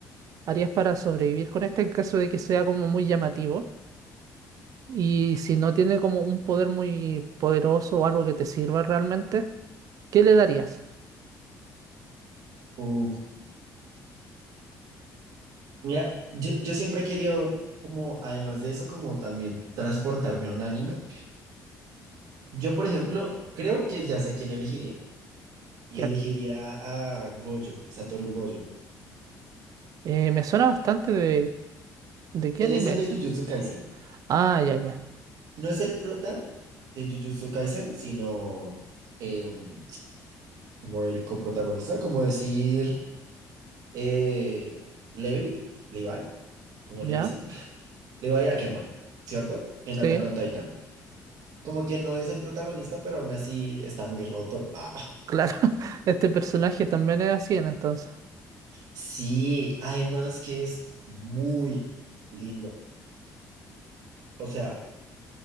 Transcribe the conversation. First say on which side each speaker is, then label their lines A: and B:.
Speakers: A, on the right; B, on the right.
A: harías para sobrevivir con este en caso de que sea como muy llamativo. Y si no tiene como un poder muy poderoso o algo que te sirva realmente, ¿qué le darías?
B: Uf, mira, yo, yo siempre he querido, como, además de eso, como también transportarme a un anime. Yo, por ejemplo, creo que ya sé quién elegiría. Y
A: ¿Quién?
B: elegiría a Gojo, Satoru Gojo.
A: Eh, me suena bastante de, ¿de qué
B: Él
A: anime
B: es el
A: es?
B: de Jujutsu
A: ese?
B: Kaisen.
A: Ah, ya, ya,
B: No es el prota de Jujutsu Kaisen, sino em, como el coprotagonista, como decir eh, Levi, Levi, como
A: ya,
B: le dicen? <laughs> Levi Ackerman, ¿cierto? En
A: sí,
B: Attack on Titan. Como que no es el protagonista, pero aún así está muy roto. Ah,
A: claro. <laughs> Este personaje también es así, en entonces.
B: sí, además que es muy lindo. O sea,